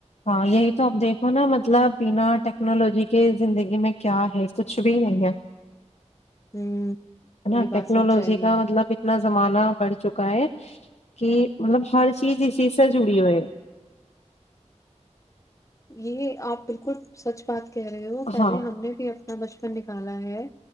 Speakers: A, on the left (about 65°); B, on the left (about 25°).
A: ہاں یہی تو اپ دیکھو نا مطلب بنا ٹیکنالوجی کے زندگی میں کیا ہے کچھ بھی نہیں ہے
B: ہ
A: ہے نا
B: یہ بات
A: ٹیکنالوجی
B: سچ چاہیے
A: کا
B: ہے
A: مطلب اتنا زمانہ بڑھ چکا ہے کہ مطلب ہر چیز اسیز سے جڑی ہوئے
B: یہ آپ بالکل سچ بات کہہ رہے ہو
A: ہاں
B: پہلے ہم نے بھی اپنا بچپن نکالا ہے